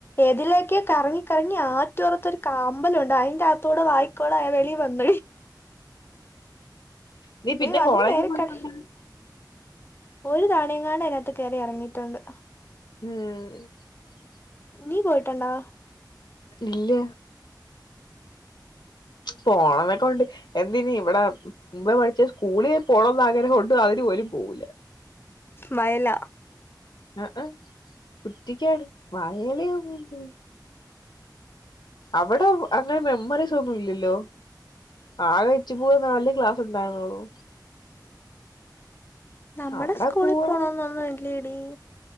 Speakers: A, on the left; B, on the left.
A: ഏതിലേക്ക് കറങ്ങി കറങ്ങി ആറ്റോറത്തൊരു കമ്പലംണ്ട് അയിൻറ അകത്തോടെ വായിക്കോടെ വെളി വന്ന
B: നീ പിന്നെ
A: വന്ന്
B: കോളേജിൽ
A: നേരെ
B: പോയിട്ടന്ന
A: കട ഒരു താണയംങ്ങാണ്ട് അതിനകത്ത് കയറി ഇറങ്ങിയിട്ടുണ്ട്
B: ഉം
A: നീ പോയിട്ടണ്ടാ
B: ഇല്ല പോണം എന്നൊക്കെ ഉണ്ട് എന്തിനി ഇവിടെ മുമ്പേ പഠിച്ച സ്കൂള പുളന്നാങ്ങനെ കൊണ്ട് അതിന് ഒരുല പോവില്ല
A: വയല
B: ആ് ആഹ കുട്ടിക്കാട് വായലയാോ പോന്ത അവിടെ അങ്ങനെ മെമ്മറീസ് ഒന്നും ഇല്ലല്ലോ ആകഴച്ച് പോൂന്നെ വലിയ ക്ലാസ് ഉണ്ടായിരുന്നോളു
A: നമ്മടെ
B: അവിടെ
A: സ്കൂളിൽ
B: പോവാ
A: പോണന്നൊന്നും ഇല്ലേടി